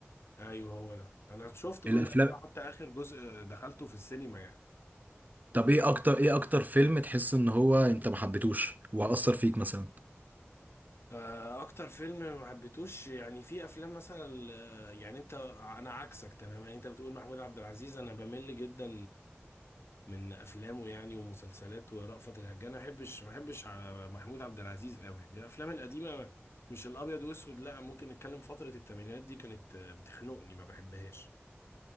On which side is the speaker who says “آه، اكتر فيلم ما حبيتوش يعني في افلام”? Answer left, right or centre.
Left